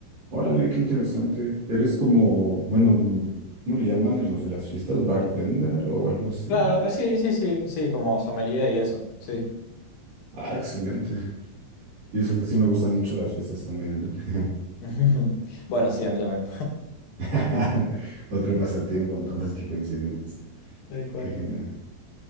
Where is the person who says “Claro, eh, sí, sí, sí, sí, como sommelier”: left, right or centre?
Left